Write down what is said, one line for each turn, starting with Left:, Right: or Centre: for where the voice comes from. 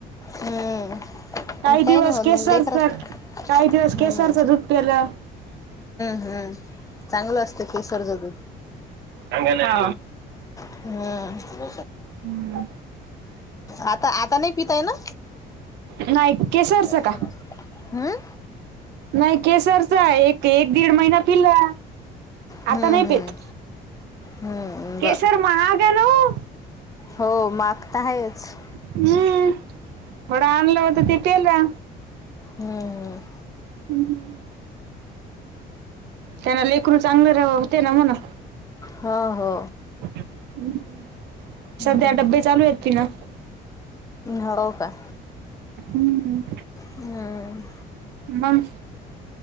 Left: हम्म
Right: काय
Left: काही
Right: दिवस
Left: नाही होत
Right: केसर
Left: मग लेकर
Right: सर काही दिवस
Left: हम्म
Right: केसरस प्यायला.
Left: हम् चांगलं असतं केसर ज दूध.
Right: अंगला
Left: हम्
Right: हम्म.
Left: आता आता नाही पिताय ना?
Right: नाही. केसरचं
Left: त
Right: का
Left: हम्म
Right: नाही केसरचा एक एक दीड महिना पिला
Left: हम्म
Right: आता नाही
Left: हम्म
Right: पेत.
Left: हम्म
Right: केसर
Left: ब
Right: महाग आहे ना ओ.
Left: हो मागता आहेच.
Right: हम्म थोडा आणलं होत ते पेल रा
Left: हम्म हम्म
Right: हम्म त्यांना लेकरू चांगलं होते ना म्हणा
Left: हा हो
Right: हम्म
Left: हम्म
Right: सध्या डब्बे चालू आहेत ति ना
Left: हो का
Right: हम्म
Left: हम्म
Right: मग